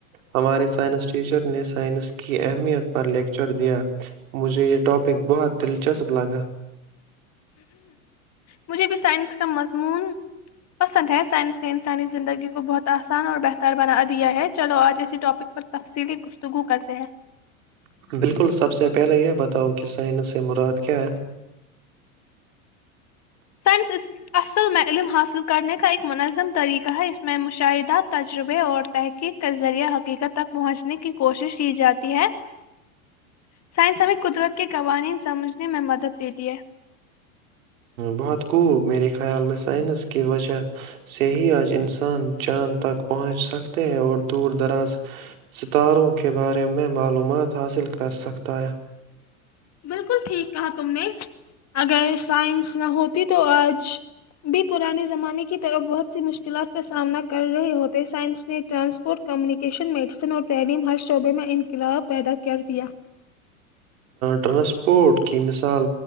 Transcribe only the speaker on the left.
مجھے بھی سائنس کا مضمون پسند ہے سائنس نے انسانی زندگی کو بہت آسان اور بہتر بنا دیا ہے چلو آج ایسی ٹاپک پر تفصیلی گفتگو کرتے ہیں
سائنس اصل میں علم حاصل کرنے کا ایک منظم طریقہ ہے اس میں مشاہدہ تجربے اور تحقیق کا ذریعہ حقیقت تک پہنچنے کی کوشش کی جاتی ہے <unintelligible> سائنسب قدرت کے قوانین سمجھنے میں مدد دیتی ہے
بالکل ٹھیک کہا تم نے اگر سائنس نہ ہوتی تو آج بھی پرانے زمانے کی طرف بہت سی مشکلات کا سامنا کر رہے ہوتے سائنس نے ٹرانسپورٹ کمیونیکیشن میڈیسن اور تعلیم ہر شعبے میں انقلاب پیدا کر دیا